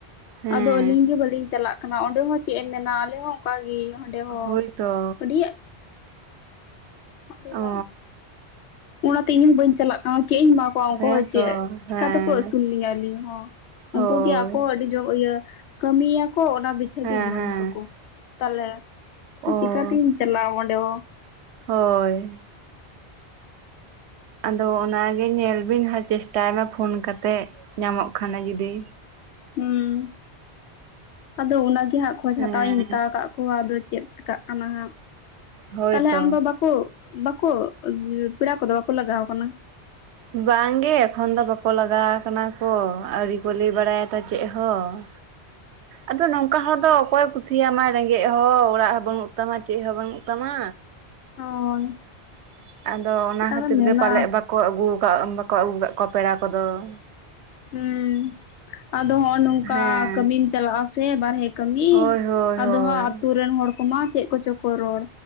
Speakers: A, on the right; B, on the left.
A: ᱦᱮᱸ
B: ᱟᱫᱚ ᱟᱹᱞᱤᱧ ᱜᱮ ᱵᱟᱹᱞᱤᱧ ᱪᱟᱞᱟᱜ ᱠᱟᱱᱟ ᱚᱸᱰᱮ ᱦᱚᱸ ᱪᱮᱫ ᱮᱢ ᱢᱮᱱᱟ ᱟᱞᱮ ᱦᱚᱸ ᱚᱱᱠᱟ ᱜᱮ ᱚᱸᱰᱮ ᱦᱚᱸ
A: ᱦᱳᱭᱛᱚ
B: ᱟᱹᱰᱤᱼᱼ ᱟᱫᱚ
A: ᱚ
B: ᱵᱟᱝ ᱚᱱᱟ ᱛᱮ ᱤᱧ ᱦᱚᱸ ᱵᱟᱹᱧ ᱪᱟᱞᱟᱜ ᱠᱟᱱᱟ ᱪᱮᱫ ᱤᱧ ᱮᱢᱟ ᱠᱚᱣᱟ ᱩᱱᱠᱩ
A: ᱦᱮᱸᱛᱚ
B: ᱦᱚᱸ ᱪᱮᱫ ᱪᱮᱠᱟ
A: ᱦᱮᱸ
B: ᱛᱮᱠᱚ ᱟᱹᱥᱩᱞ ᱞᱤᱧᱟ ᱟᱹᱞᱤᱧ ᱦᱚᱸ
A: ᱦᱳᱭ
B: ᱩᱱᱠᱩ ᱜᱮ ᱟᱠᱚ ᱦᱚᱸ ᱟᱹᱰᱤᱼᱼ ᱤᱭᱟᱹ ᱠᱟᱹᱢᱤᱭ ᱟᱠᱚ ᱚᱱᱟ ᱵᱤᱪᱷᱟᱹ
A: ᱦᱮᱸ
B: ᱜᱮ ᱡᱚᱢ
A: ᱦᱮᱸ
B: ᱛᱟᱠᱚ ᱛᱟᱦᱚᱞᱮᱼᱼ
A: ᱚ
B: ᱛᱚ ᱪᱮᱠᱟᱛᱤᱧ ᱪᱟᱞᱟᱜᱼᱟ ᱚᱸᱰᱮ ᱦᱚᱸᱼᱼ
A: ᱦᱳᱭ ᱟᱫᱚ ᱚᱱᱟ ᱜᱮ ᱧᱮᱞ ᱵᱤᱱ ᱦᱟᱨ ᱪᱮᱥᱴᱟᱭ ᱢᱟ ᱯᱷᱳᱱ ᱠᱟᱛᱮᱜ ᱧᱟᱢᱚᱜ ᱠᱷᱟᱱᱮ ᱡᱩᱫᱤ
B: ᱦᱮᱸ ᱟᱫᱚ ᱚᱱᱟ ᱜᱮᱼᱼ ᱦᱟᱸᱜ ᱠᱷᱚᱡᱽ
A: ᱦᱮᱸ
B: ᱦᱟᱛᱟᱣ ᱤᱧ ᱢᱮᱛᱟᱣ ᱟᱠᱟᱫ ᱠᱚᱣᱟ ᱟᱫᱚ ᱪᱮᱫ ᱪᱮᱠᱟᱹᱜ ᱠᱟᱱᱟ ᱦᱟᱸᱜ
A: ᱦᱳᱭᱛᱚ
B: ᱛᱟᱦᱞᱮ ᱟᱢ ᱫᱚ ᱵᱟᱠᱚ, ᱵᱟᱠᱚ ᱯᱮᱲᱟ ᱠᱚᱫᱚ ᱵᱟᱠᱚ ᱞᱟᱜᱟᱣ ᱟᱠᱟᱱᱟ ᱾
A: ᱵᱟᱝ ᱜᱮ ᱮᱠᱷᱚᱱ ᱫᱚ ᱵᱟᱠᱚ ᱞᱟᱜᱟᱣ ᱣᱟᱠᱟᱱᱟ ᱠᱚ ᱟᱹᱣᱨᱤ ᱠᱚ ᱞᱟᱹᱭ ᱵᱟᱲᱟᱭᱟ ᱛᱚ ᱪᱮᱜ ᱦᱚᱸ ᱾ ᱟᱫᱚ ᱱᱚᱝᱠᱟ ᱦᱚᱲ ᱫᱚ ᱚᱠᱚᱭ ᱠᱩᱥᱤᱭᱟᱢᱟᱭ ᱨᱮᱸᱜᱮᱡ ᱦᱚᱸ ᱚᱲᱟᱜ ᱦᱚᱸ ᱵᱟᱹᱱᱩᱜ ᱛᱟᱢᱟ ᱪᱮᱫ ᱦᱚᱸ ᱵᱟᱹᱱᱩᱜ ᱛᱟᱢᱟ
B: ᱦᱳᱭ
A: ᱾ ᱟᱫᱚ ᱚᱱᱟ
B: ᱪᱮᱫ ᱟᱫᱚᱢ
A: ᱠᱷᱟᱹᱛᱤᱨ
B: ᱢᱮᱱᱟ
A: ᱜᱮ ᱯᱟᱞᱮᱫ ᱵᱟᱠ ᱠᱚ ᱟᱹᱜᱩ ᱟᱠᱟᱜ, ᱵᱟᱠᱚ ᱟᱹᱜᱩ ᱟᱠᱟᱜ ᱠᱚᱣᱟ ᱯᱮᱲᱟ ᱠᱚᱫᱚ ᱾
B: ᱦᱩᱸ ᱟᱫᱚ ᱦᱚᱜ ᱱᱚᱝᱠᱟ
A: ᱦᱮᱸ
B: ᱠᱟᱹᱢᱤᱢ ᱪᱟᱞᱟᱜᱼᱟ ᱥᱮ ᱵᱟᱨᱦᱮ ᱠᱟᱹᱢᱤ,
A: ᱦᱳᱭ ᱦᱳᱭ
B: ᱟᱫᱚ
A: ᱦᱳᱭ
B: ᱦᱟᱸᱜ ᱟᱹᱛᱩ ᱨᱮᱱ ᱦᱚᱲ ᱠᱚᱢᱟ ᱪᱮᱫ ᱠᱚᱪᱚ ᱠᱚ ᱨᱚᱲ,